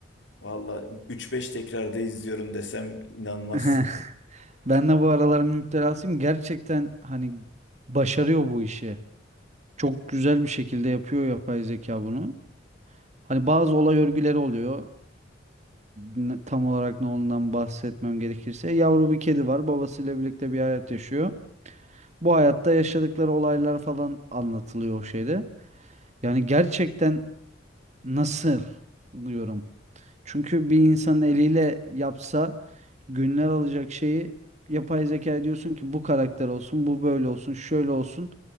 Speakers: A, on the left; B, on the right.
A: Valla üç beş tekrarda izliyorum desem inanmazsın.
B: <laughs> Ben de bu aralar müptelasıyım. Gerçekten hani başarıyor bu işi. Çok güzel bir şekilde yapıyor yapay zeka bunu. Hani bazı olay örgüleri oluyor. Ne- Tam olarak ne olduğundan bahsetmem gerekirse. Yavru bir kedi var. Babasıyla birlikte bir hayat yaşıyor. Bu hayatta yaşadıkları olaylar falan anlatılıyor o şeyde. Yani gerçekten Nasıl diyorum. Çünkü bir insan eliyle yapsa günler alacak şeyi yapay zeka diyorsun ki bu karakter olsun, bu böyle olsun, şöyle olsun.